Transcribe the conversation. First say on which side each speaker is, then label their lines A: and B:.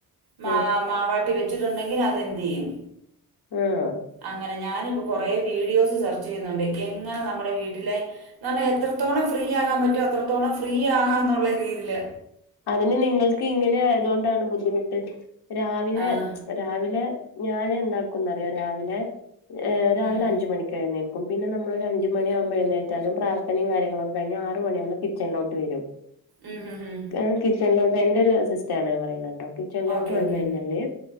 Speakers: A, on the right; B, on the left.
A: മാ
B: ഉം
A: മാവാട്ടി വെച്ചിട്ടുണ്ടെങ്കിൽ അത് എന്ത്ചെയ്യും
B: ആഹ്
A: അങ്ങനെ ഞാനിപ്പോ കൊറേ വീഡിയോസ് സെർച്ച് ചെയ്യുന്നുണ്ട് എങ്ങനെ നമ്മുടെ വീട്ടിലെ എത്രത്തോളം ഫ്രീ ആകാൻ പറ്റോ അത്രത്തോളം ഫ്രീ ആകാം എന്നുള്ള രീതില്
B: അതിന് നിങ്ങൾക്ക് ഇങ്ങനെ ആയതൊണ്ടാണ് ബുദ്ധിമുട്ട് രാവിലെ-
A: ആ
B: രാവിലെ ഞാന് എന്താക്കുംന്നറിയോ രാവിലെ രാവിലെ
A: ഉം
B: അഞ്ച് മണിക്ക്. എഴുന്നേക്കും പിന്നെ നമ്മള് ഒരു അഞ്ച് മണിയാകുമ്പോ എഴുന്നേറ്റാലും പ്രാർത്ഥയും കാര്യങ്ങളൊക്കെ കഴിഞ്ഞ് ആറ് മണിയാകുമ്പോ- കിച്ചണിലോട്ട് വരും.
A: ഉം ഉം ഉം
B: ഞാൻ കിച്ചണിലോട്ട് എന്റെ ഒരു സിസ്റ്റം ആണ് പറയുന്നത് കേട്ടോ കിച്ചണിലോട്ട്
A: ഓക്കെ
B: വന്ന്
A: ഓക്കെ
B: കഴിഞ്ഞാല്-